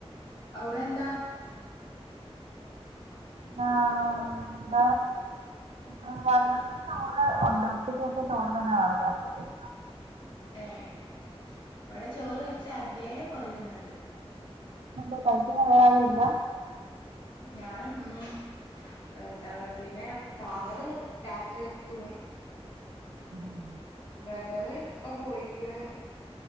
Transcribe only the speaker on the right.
ആഹ് ആഹ് രാത്രിയിലേക്ക് ചോറ് ഉണ്ട് ഉച്ചയ്ക്ക് വെച്ച ചോറ് തന്നെ കാണും രാത്രിയിൽത്തേക്ക്
അതെന്താ കഴിക്കാൻ വേറെ ആരും ഇല്ല
ആഹ്